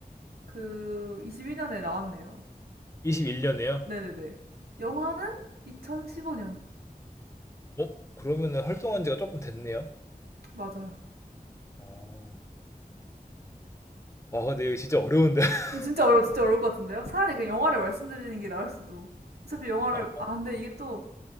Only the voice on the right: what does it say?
그 21년에 나왔네요.
네네네. 영화는 2015년.
맞아요.
근데 진짜 어려, 진짜 어려울 것 같은데요? 차라리 그냥 영화를 말씀드리는 게 나을 수도. 어차피 영화를,
아, 근데 이게 또